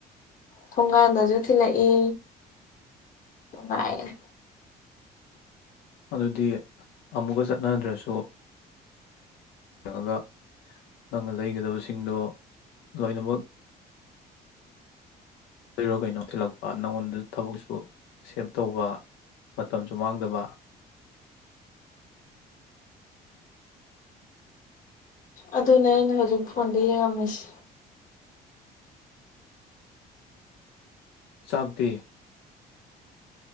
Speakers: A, on the left (about 50°); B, on the left (about 80°).
A: ꯊꯣꯡꯒꯥꯟꯗꯁꯨ ꯊꯤꯜꯂꯛꯏ ꯅꯨꯡꯉꯥꯏꯌꯦꯦ
B: ꯑꯗꯨꯗꯤ ꯑꯃꯨꯛꯀ ꯆꯠꯅꯗ꯭ꯔꯁꯨ ꯌꯦꯡꯉꯒ ꯅꯪꯅ ꯂꯩꯒꯗꯕꯁꯤꯡꯗꯣ ꯂꯣꯏꯅꯃꯛ ꯀꯔꯣ ꯀꯩ ꯅꯣꯛꯊꯤꯜꯂꯛꯄ ꯅꯪꯉꯣꯟꯗ ꯊꯕꯛꯁꯨ ꯁꯦꯞ ꯇꯧꯕ ꯃꯇꯝꯁꯨ ꯃꯥꯡꯗꯕ
A: ꯑꯗꯨꯅꯦ ꯑꯩꯅ ꯍꯧꯖꯤꯛ ꯐꯣꯟꯗ ꯌꯦꯡꯔꯝꯃꯤꯁꯤ
B: ꯆꯥꯛꯇꯤ